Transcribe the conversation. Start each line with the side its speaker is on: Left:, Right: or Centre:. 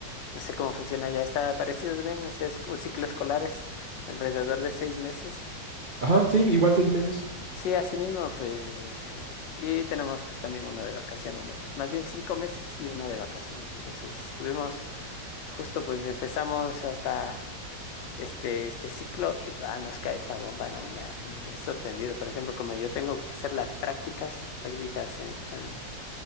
Left: no sé cómo funciona ya, está parecido también, o sea, es un ciclo escolar es alrededor de seis meses
Right: Ajá, sí, igual seis meses.
Left: Sí, así mismo, pues, eh, y tenemos pues también uno de vacaciones, me pa- más bien cinco meses y uno de vacaciones. Entonces estuvimos justo pues empezamos hasta este, este ciclo y pa, nos cae esta bomba, ¿no? Me ha, me ha sorprendido. Por ejemplo, como yo tengo que hacer las prácticas, prácticas en- en-